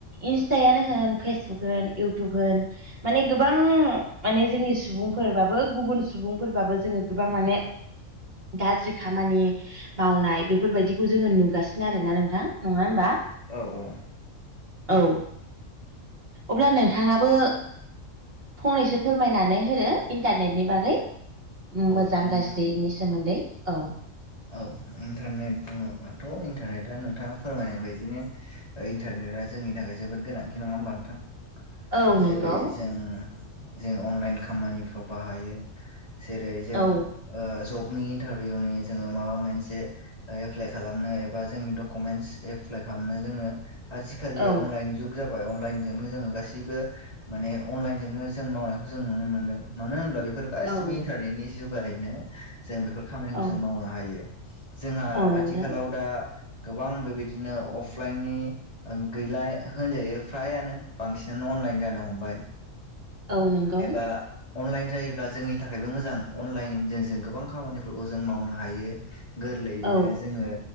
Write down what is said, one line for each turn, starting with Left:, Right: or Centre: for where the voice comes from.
Right: इन्सटायानो होन फेसबुक होन इउटुब होन माने गोबां माने जोंनि सुबुंफोरबाबो गुबुन सुबुंफोरबाबो जोंङो गोबां माने गाज्रि खामानि मावनाय बेफोरबायदिखौ जोङो नुगासिनो आरोना नोंथां नङा होमबा
Left: औ औ।
Right: औ अब्ला नोंथांङाबो। फंनैसो फोरमायनानै होनो इन्टारनेटनि बागै मोजां
Left: हागोन
Right: गाज्रिनि सोमोन्दै औ।
Left: औ इन्टारनेट बुंङोबाथ' इन्टारनेटआ नोंथांङा फोरमायनाय बायदिनो। इन्टारनेटआ जोंनि थाखाय जोबोद गोनांथि नंङा होमबा नोंथां।
Right: औ नंगौ
Left: जेरै जों जों अनलाइन खामानिफ्राव बाहायो। जेरै जों
Right: औ
Left: जबनि इन्टारभिउनि। जोंङो माबा मोनसे एप्लाइ खालामनो एबा जोंनि डकुमेन्टस एप्लाइ खालामनो जोंङो‌‌ आजिखालि
Right: औ
Left: अनलाइन जुग जाबाय अनलाइनजोंनो जोंङो गासैबो माने अनलाइनजोंनो जों मावनायखौ जों नुनो मोन्दों मानो होनब्ला बेफोर गासिबो
Right: औ
Left: इन्टारनेटनि जुगायैनो जों बेफोर खामानि
Right: औ
Left: जों मावनो हायो जोंहा
Right: औ नंगौ
Left: आथिखालाव दा। गोबां बेबायदिनो अफलाइननि गैला होनजायो फ्रायानो बांसिनानो अनलाइन जानो हमबाय
Right: औ नंगौ
Left: एबा अनलाइन जायोब्ला जोंनि थाखायबो मोजां अनलाइनजों जों गोबां खामानिफोरखौ जों मावनो हायो गोरलैयैनो
Right: औ
Left: जोंङो